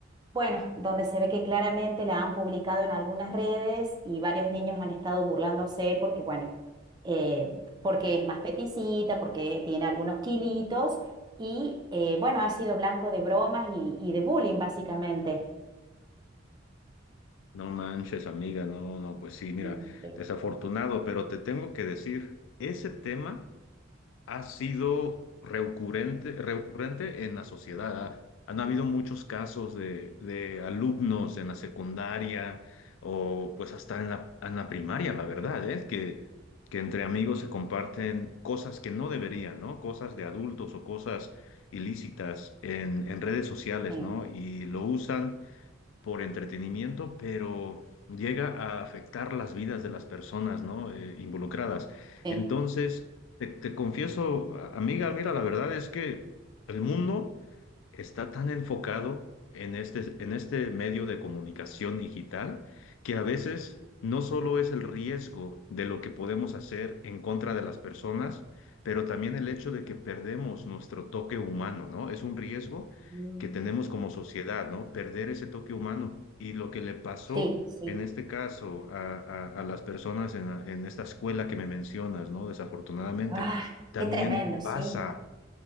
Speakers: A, on the right (about 20°); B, on the left (about 75°).
A: bueno, donde se ve que claramente la han publicado en algunas redes y varios niños han estado burlándose porque, bueno, eh, porque es más peticita, porque tiene algunos kilitos y, eh, bueno, ha sido blanco de bromas y, y de bullying, básicamente.
B: No manches, amiga, no, no, pues sí, mira,
A: Mm, Sí,
B: desafortunado, pero te tengo que decir, ese tema ha sido recurrente, recurrente en la sociedad. ha- Han habido muchos casos de, de alumnos en la secundaria o pues hasta en la, en la primaria, la verdad, es Que, que entre amigos se comparten cosas que no deberían, ¿no? Cosas de adultos o cosas ilícitas en, en redes sociales,
A: sí,
B: ¿no? Y lo usan por entretenimiento, pero llega a afectar las vidas de las personas, ¿no? eh, involucradas.
A: sí.
B: Entonces, te, te confieso, a- amiga, mira, la verdad es que el mundo está tan enfocado en este, en este medio de comunicación digital que a veces no solo es el riesgo de lo que podemos hacer en contra de las personas, pero también el hecho de que perdemos nuestro toque humano, ¿no? Es un riesgo
A: Mm,
B: que tenemos como sociedad, ¿no? Perder ese toque humano. Y lo que le pasó
A: Sí. sí.
B: en este caso a, a- a las personas en, la- en esta escuela que me mencionas, ¿no? Desafortunadamente,
A: Ah,
B: también
A: qué tremendo, sí.
B: pasa,